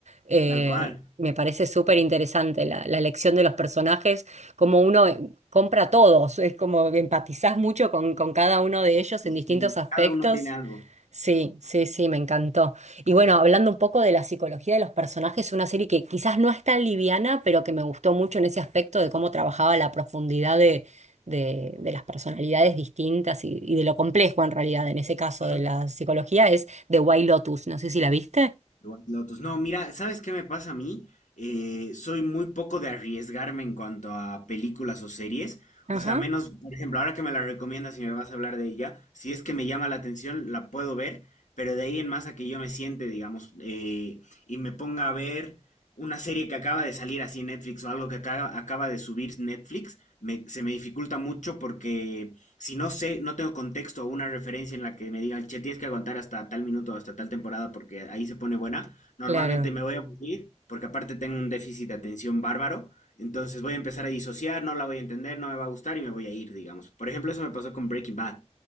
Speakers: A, on the right; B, on the left.
A: Eh,
B: Tal cual.
A: me parece súper interesante la, la elección de los personajes, como uno eh, compra a todos, es como que empatizás mucho con, con cada uno de ellos en distintos
B: Sí,
A: aspectos.
B: Cada uno tiene algo.
A: Sí, sí, sí, me encantó. Y bueno, hablando un poco de la psicología de los personajes, una serie que quizás no es tan liviana, pero que me gustó mucho en ese aspecto de cómo trabajaba la profundidad de, de- de las personalidades distintas y, y de lo complejo en realidad, en ese caso
B: ¿Mm?
A: de la psicología, es The White Lotus. No sé si la viste.
B: The White Lotus. No, mira, ¿sabes qué me pasa a mí? Eh, soy muy poco de arriesgarme en cuanto a películas o series.
A: Ajá,
B: O sea, menos, por ejemplo, ahora que me la recomiendas y me vas a hablar de ella, si es que me llama la atención, la puedo ver, pero de ahí en más a que yo me siente, digamos, eh, y me ponga a ver una serie que acaba de salir así en Netflix o algo que acaba, acaba de subir Netflix, me- se me dificulta mucho porque si no sé, no tengo contexto o una referencia en la que me digan, che, tienes que aguantar hasta tal minuto hasta tal temporada porque ahí se pone buena, normalmente
A: claro.
B: me voy a aburrir porque aparte tengo un déficit de atención bárbaro, entonces voy a empezar a disociar, no la voy a entender, no me va a gustar y me voy a ir, digamos. Por ejemplo, eso me pasó con Breaking Bad,